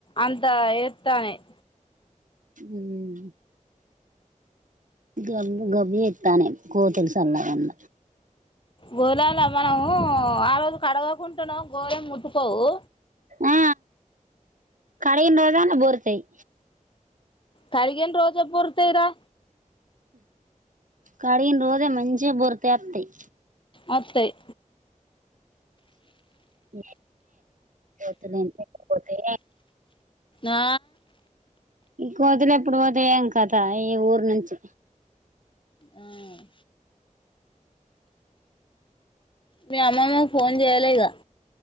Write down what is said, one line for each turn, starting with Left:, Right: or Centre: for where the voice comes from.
Left: అంతా ఏత్తానయ్.
Right: ఉమ్ గబ్బు గబ్బు జెత్తానయ్, కోతులు సళ్ళగుండ.
Left: గోలాల్ల మనము ఆ రోజు కడగకుంటనో గోలేం ముట్టుకోవు.
Right: ఆ కడిగిన్రోజూ అల్ల బోర్లుతయ్.
Left: కడిగిన్రోజే బొర్రుతయ్ రా.
Right: కడిగిన్రోజే మంచిగ బొర్రుతయ్ అత్తయ్.
Left: ఒత్తయ్.
Right: <inaudible> కోతులు ఇంట్లకిపోతే.
Left: ఆ
Right: ఈ కోతులు ఎప్పుడు పోతయో ఏం కథ ఈ ఊరు నుంచి?
Left: ఉమ్ మీ అమ్మమ్మకు ఫోన్ జేయలె ఇగ?